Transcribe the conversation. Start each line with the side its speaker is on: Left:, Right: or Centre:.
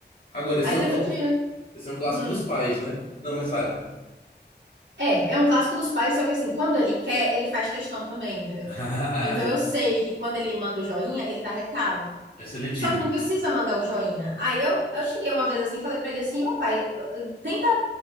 Left: Agora, esse
Right: Aí
Left: é
Right: teve
Left: um, cl-
Right: um dia.
Left: esse é um clássico
Right: Uhum.
Left: dos pais, né? Não, mas fale.
Right: É, é um clássico dos pais, só que assim, quando ele quer, ele faz textão também, entendeu?
Left: <laughs>
Right: Então eu sei que quando ele manda o joinha, ele tá retado.
Left: É seletivo.
Right: Só que não precisa mandar o joinha. Aí eu, eu cheguei uma vez assim, e falei pra ele assim, ô pai, tenta,